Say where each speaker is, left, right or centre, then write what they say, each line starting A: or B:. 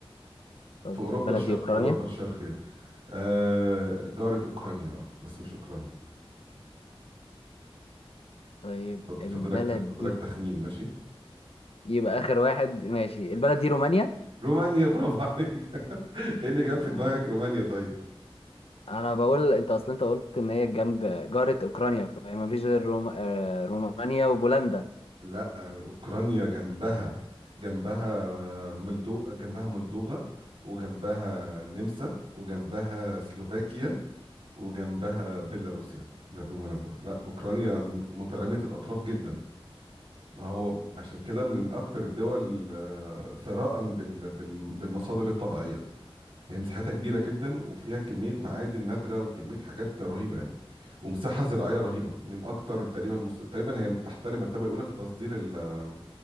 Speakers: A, on the left (about 75°); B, on the right (about 65°).
A: طب
B: في اوروبا
A: البلد
B: الشرق
A: دي أوكرانيا
B: جنب في اوروبا أوكرانيا الشرقيه آه جاره اوكرانيا اه بس مش اوكرانيا
A: طيب
B: فض-
A: البلد
B: فاضلك تخ- جنب فاضلك
A: دي
B: رومانيا تخمين ماشي
A: يبقى آخر واحد ماشي البلد دي رومانيا
B: رومانيا برافو عليك <laughs> ايه اللي جاب في دماغك
A: آه.
B: رومانيا طيب
A: أنا بقول أنت أصلا أنت قلت إن هي جنب جارة أوكرانيا فما فيش غير روم... آه، رومانيا وبولندا
B: لا اوكرانيا جنبها جنبها آه، ملدو جنبها مولدوفا وجنبها النمسا وجنبها سلوفاكيا وجنبها بيلاروسيا ده بالمناسبة لا أوكرانيا مترامية الأطراف جدا هو عشان كده من أكتر الدول آه، ثراء بال- بال- بالمصادر الطبيعية هي مساحتها كبيرة جدا وفيها كمية معادن نادرة وكمية حاجات رهيبة يعني ومساحة زراعية رهيبة من أكتر تقريبا مص... تقريبا هي تحتل المرتبة الأولى في تصدير ال-